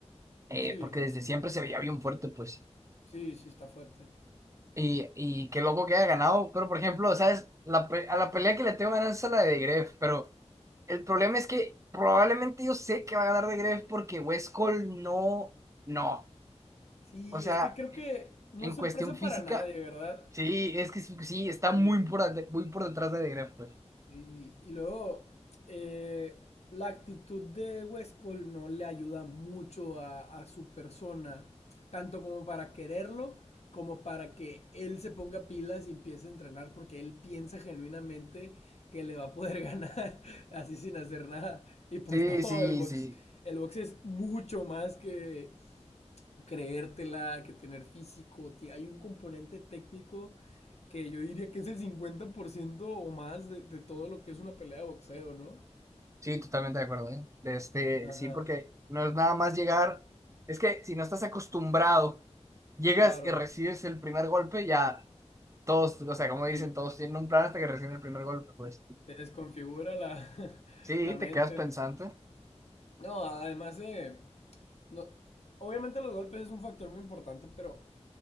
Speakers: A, on the right (about 25°); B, on the left (about 65°).
A: eh,
B: Sí,
A: porque desde siempre se veía bien fuerte, pues.
B: sí, sí, está fuerte.
A: Y, y qué loco que haya ganado, pero, por ejemplo, ¿sabes? La, pe- a la pelea que le tengo ganas es a la de Gref, pero. El problema es que probablemente yo sé que va a ganar de Greff porque West Cole no, no.
B: Sí,
A: O sea,
B: es que creo que no
A: en
B: es sorpresa
A: cuestión física,
B: para nadie, ¿verdad?
A: sí, es que sí, está muy
B: Sí.
A: por, de- muy por detrás de Greff, pues.
B: Sí, y luego eh, la actitud de Westcol no le ayuda mucho a, a su persona, tanto como para quererlo, como para que él se ponga pilas y empiece a entrenar, porque él piensa genuinamente que le va a poder <laughs> ganar así sin hacer nada. Y pues
A: Sí,
B: no,
A: sí,
B: el box,
A: sí.
B: el box es mucho más que, creértela, que tener físico. Hay un componente técnico que yo diría que es el 50% o más de, de todo lo que es una pelea de boxeo, ¿no?
A: Sí, totalmente de acuerdo, ¿eh? De Este,
B: Ajá,
A: sí, porque no es nada más llegar. Es que si no estás acostumbrado, llegas
B: claro,
A: y recibes el primer golpe, ya todos, o sea, como
B: sí.
A: dicen, todos tienen un plan hasta que reciben el primer golpe, pues.
B: Te desconfigura la, <laughs>
A: Sí,
B: la mente.
A: te quedas pensante.
B: No, además de... No, obviamente los golpes es un factor muy importante, pero